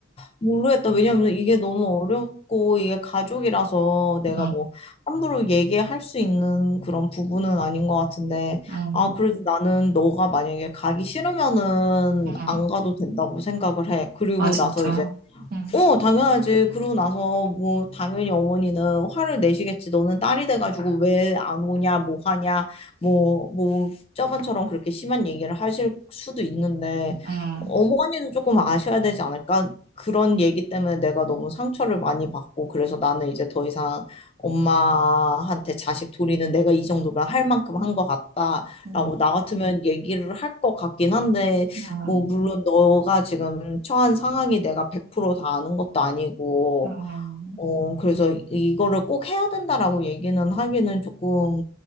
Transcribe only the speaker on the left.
모르겠다. 왜냐면 이게 너무 어렵고 이게 가족이라서 내가
뭐 함부로 얘기할 수 있는 그런 부분은 아닌 것 같은데
아 그래도 나는 너가 만약에 가기 싫으면은
안 가도 된다고 생각을 해. 그리고
나서 이제
어, 당연하지. 그러고 나서 뭐 당연히 어머니는 화를 내시겠지. 너는 딸이 돼가지고 왜 안 오냐, 뭐 하냐, 뭐, 뭐 저번처럼 그렇게 심한 얘기를 하실 수도 있는데
어머니는 조금 아셔야 되지 않을까? 그런 얘기 때문에 내가 너무 상처를 많이 받고 그래서 나는 이제 더 이상 엄마한테 자식 도리는 내가 이 정도면 할 만큼 한 것 같다라고
나 같으면 얘기를 할 것 같긴 한데
뭐, 물론 너가 지금 처한 상황이 내가 100%다 아는 것도 아니고,
어, 그래서 이거를 꼭 해야 된다라고 얘기는 하기는 조금